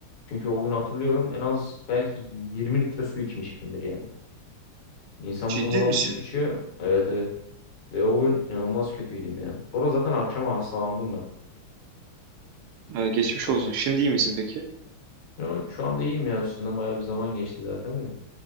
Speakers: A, on the left; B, on the right.
A: Çünkü o gün hatırlıyorum en az belki 20 litre su içmişimdir yani. İnsan
B: Ciddi
A: durmadan
B: misin?
A: su içiyor. Evet evet. Ve o gün inanılmaz kötüydüm ya. Sonra zaten akşama hastalandım ben.
B: Ha, geçmiş
A: Akş
B: olsun. Şimdi iyi misin peki?
A: Ya şu anda iyiyim ya. Üstünden bayağı bir zaman geçti zaten de.